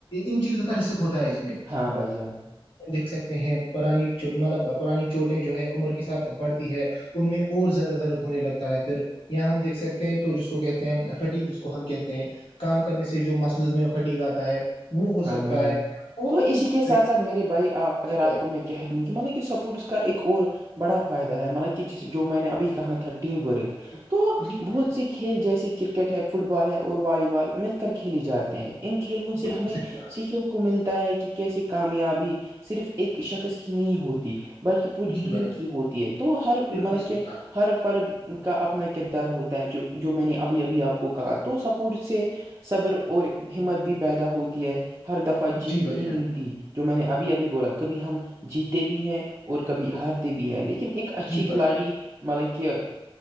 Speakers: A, on the left; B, on the right.
A: ان چیزوں کا رسک ہوتا ہے میں
B: ہاں بھائی جان
A: <unintelligible> دیکھ سکتے ہیں پرانی مطلب پرانی چوٹیں جو ہے عمر کے ساتھ بڑھتی ہے ان میں اور زیادہ در ہونے لگتا ہے پھر یہاں ہم دیکھ سکتے ہیں تو جس کو کہتے ہیں فٹنگ جس کو ہم کہتے ہیں کام کرنے سے جو مسلز میں پھٹکاتتا ہے وہ ہو
B: ہاں
A: سکتا
B: بھائی جان
A: ہے اور
B: تو
A: اور بھی
B: اسی
A: بہت
B: کے ساتھ
A: ساری-
B: ساتھ میرے بھائی اگر
A: جی
B: آپ
A: بھائی
B: کو میں کہہ دوں کہ مطلب کہ سپورٹس کا ایک اور بڑا فائدہ ہے مطلب کہ جس جو میں نے ابھی کہا تھا ٹیم ورک
A: جان
B: تو
A: جی بھائی
B: بہت
A: جان
B: سے کھیل جیسے کرکٹ ہے فٹ بال ہے اور والی بال مل کر کھیل جاتے ہیں ان کھیلوں
A: بالکل
B: سے ہمیں
A: صحیح کہا
B: سیککھوں نے کو ملتا ہے کہ کیسے کامیابی صرف ایک شخص کی نہیں ہوتی بلکہ پوری
A: جی
B: ٹیم
A: بھائی جان
B: کی ہوتی ہے تو ہر مطلب
A: بالکل صحیح
B: کہ
A: کہا
B: ہر فرد کا اپنا کردار ہوتا ہے جو جو میں نے ابھی ابھی آپ کو کہا تو سپورٹ سے صبر اور ہمت بھی پیدا ہوتی ہے ہر دفعہ جیت
A: جی بھائی
B: نہیں
A: جان
B: ملتی جو میں نے ابھی ابھی بولا کبھی ہم جیتے بھی ہیں اور کبھی ہارتے بھی ہیں لیکن ایک اچھی
A: جی بھائی
B: کھلاڑی
A: جان
B: مطلب کہ